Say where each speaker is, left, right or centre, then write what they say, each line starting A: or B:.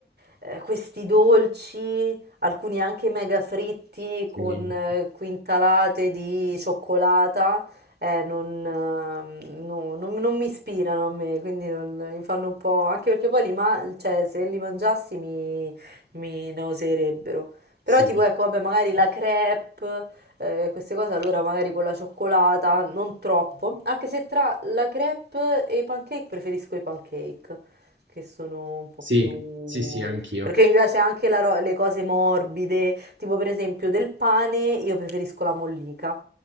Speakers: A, on the right; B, on the right.
A: eh, questi dolci, alcuni anche mega fritti con
B: sì,
A: eh, quintalate di cioccolata, eh, non, eh, no, non- non mi ispirano a me, quindi non- mi fanno un po'... anche perché poi li ma- cioè, se li mangiassi mi, mi nauseerebbero. Però
B: sì,
A: tipo ecco, vabbè, magari la crepe, eh, queste cose allora magari con la cioccolata, non troppo, anche se tra la crepe e i pancake preferisco i pancake che sono un po'
B: sì,
A: più
B: sì, sì, anch'io.
A: perché mi piace anche la ro- le cose morbide, tipo per esempio del pane, io preferisco la mollica.